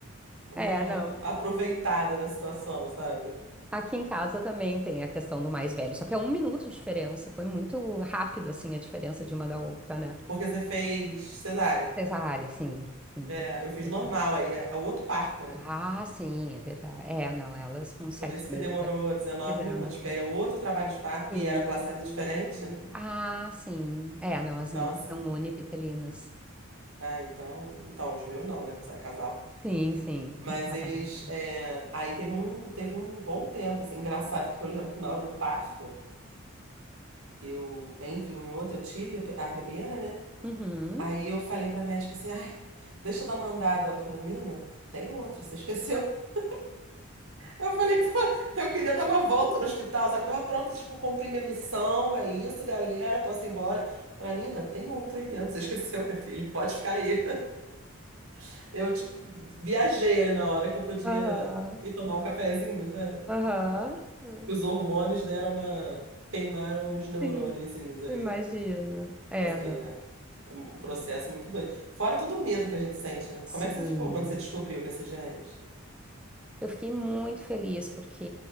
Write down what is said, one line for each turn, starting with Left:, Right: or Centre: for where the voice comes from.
Right: uma
Centre: É, não.
Right: aproveitada na situação, sabe?
Centre: Aqui em casa também tem a questão do mais velho, só que é um minuto de diferença. Foi muito rápido, assim, a diferença de uma da outra, né?
Right: Porque você fez cesárea.
Centre: Cesárea, sim. Sim,
Right: É,
Centre: teve
Right: eu fiz
Centre: cesárea.
Right: normal, aí é é outro parto, né?
Centre: Ah, sim, é verdade. É, não, elas com sete
Right: Por isso que
Centre: meses
Right: demorou
Centre: já
Right: 19
Centre: quiseram
Right: minutos,
Centre: nascer.
Right: porque aí é outro trabalho de parto
Centre: Sim.
Right: e era placenta diferente.
Centre: Ah, sim. É, não,
Right: Então,
Centre: as minhas
Right: assim,
Centre: são univitelinas.
Right: ah, então, então, os meus não, né? Só É casal.
Centre: Sim, sim.
Right: Mas
Centre: Cada
Right: eles,
Centre: um.
Right: é, aí teve um, teve um bom tempo, assim, engraçado que eu lembro que na hora do parto, eu, entre um e outro, eu tive a primeira, né?
Centre: Uhum.
Right: Aí eu falei pra médica assim, ai, deixa eu dar uma andada. Ela falou, Nina, tem outra, você esqueceu. <laughs> Eu falei, pô, eu queria dar uma volta no hospital, sabe? Eu tava pronta, tipo, cumprir minha missão, é isso, galera, posso ir embora. Ela, Nina, tem outra aí dentro, você esqueceu, minha filha, pode ficar aí. <laughs> Eu, tipo, viajei ali na hora que eu podia
Centre: Aham.
Right: ir tomar um cafezinho, sabe?
Centre: Aham. Aham.
Right: Os hormônios deram uma... queimaram os neurôniozinhos
Centre: Sim.
Right: ali,
Centre: Imagino. É,
Right: porque...
Centre: não.
Right: É um processo muito doido. Fora todo o medo que a gente sente, né? Como
Centre: Sim.
Right: é que você ficou quando você descobriu que ia ser gêmeos?
Centre: Eu fiquei muito feliz porque